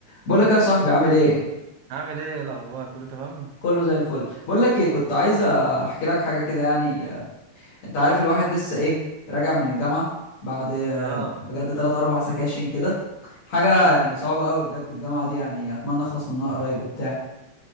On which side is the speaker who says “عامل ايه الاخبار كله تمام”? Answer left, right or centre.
Right